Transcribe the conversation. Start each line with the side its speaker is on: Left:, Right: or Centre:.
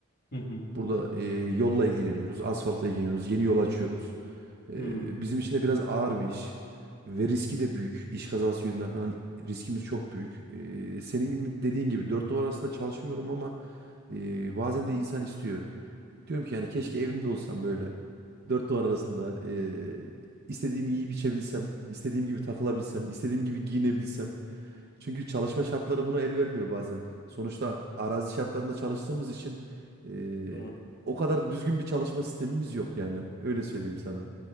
Left: Hı hı.
Right: Burada e, yolla ilgileniyoruz, asfaltla ilgileniyoruz, yeni yol açıyoruz. E,
Left: Hı.
Right: bizim için de biraz ağır bir iş ve riski de büyük. İş kazası yönünden falan riskimiz çok büyük. E, senin gibi dediğin gibi dört duvar arasında çalışmıyorum ama e, bazen de insan istiyor. Diyorum ki yani keşke evimde olsam böyle dört duvar arasında e, istediğimi yiyip içebilsem, istediğim gibi takılabilsem, istediğim gibi giyinebilsem. Çünkü çalışma şartları buna el vermiyor bazen. Sonuçta arazi şartlarında çalıştığımız için ee,
Left: Doğru.
Right: o kadar düzgün bir çalışma sistemimiz yok yani. Öyle söyleyeyim sana.